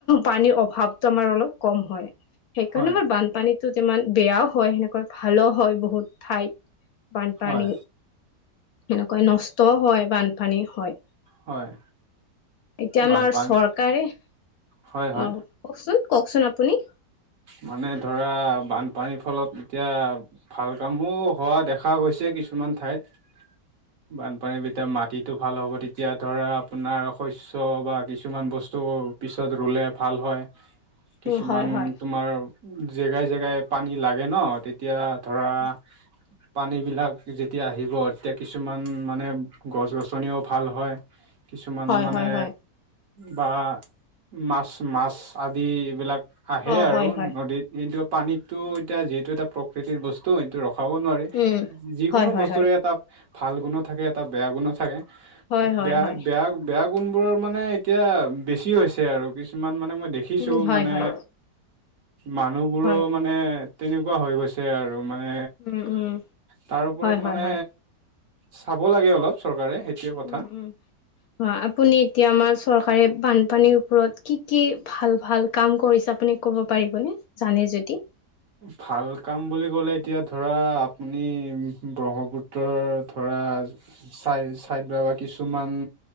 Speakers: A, on the left; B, on the right.
A: পানীৰ অভাৱতো আমাৰ অলপ কম হয়, সেইকাৰণে
B: হয়
A: আমাৰ বানপানীত টো যিমান বেয়াও হয়, সেনেকৈ ভালো হয় বহুত ঠাইত বানপানী।
B: হয়
A: সেনেকৈ নষ্টও হয় বানপানী হয়।
B: হয়।
A: এতিয়া আমাৰ
B: বানপানী
A: চৰকাৰে অ,
B: হয় হয়
A: কওকচোন, কওকচোন আপুনি
B: মানে ধৰা বানপানীৰ ফলত এতিয়া ভাল কামো হোৱা দেখা গৈছে কিছুমান ঠাইত।
A: <inaudible>
B: বানপানীৰ ভিতৰত মাটিটো ভাল হ'ব, তেতিয়া ধৰা আপোনাৰ শস্য বা কিছুমান বস্তু পিছত ৰুলে ভাল হয়।
A: <unintelligible>
B: কিছুমান
A: হয়
B: তোমাৰ জেগাই জেগাই পানী লাগে ন তেতিয়া ধৰা
A: <inaudible>
B: পানীবিলাক যেতিয়া আহিব তেতিয়া কিছুমান মানে গছ গছনিও ভাল হয়। কিছুমান
A: হয়
B: মানে
A: হয় হয়
B: বা মাছ-মাছ আদিবিলাক আহে
A: অ
B: আৰু
A: হয় হয়
B: নদীত কিন্তু পানীটো এতিয়া যিহেতু এটা প্ৰকৃতিৰ বস্তু সেইটো ৰখাব নোৱাৰি।
A: উম
B: যিকোনো
A: হয় হয়
B: বস্তুৰে
A: হয়
B: এটা ভাল গুণো থাকে, এটা বেয়া গুণো থাকে।
A: হয়
B: ত
A: হয়
B: বেয়া-বেয়া
A: হয়
B: বেয়া গুণবোৰৰ মানে এতিয়া বেছি হৈছে আৰু কিছুমান মানে মই দেখিছোঁ
A: উম হয়
B: মানে
A: হয়
B: মানুহবোৰো
A: হয়
B: মানে তেনেকুৱা হৈ গৈছে আৰু। মানে
A: উম উম
B: তাৰ ওপৰত
A: হয় হয়
B: মানে,
A: হয়
B: চাব লাগে অলপ চৰকাৰে। সেইটোৱে কথা
A: উম, উম। হয় আপুনি এতিয়া আমাৰ চৰকাৰে বানপানীৰ ওপৰত কি কি, ভাল ভাল কাম কৰিছে আপুনি ক'ব পাৰিবনে জানে যদি!
B: ভাল কাম বুলি ক'লে এতিয়া ধৰা আপুনি ব্ৰহ্মপুত ব্ৰহ্মপুত্ৰৰ ধৰা চাই চাইড বা বা কিছুমান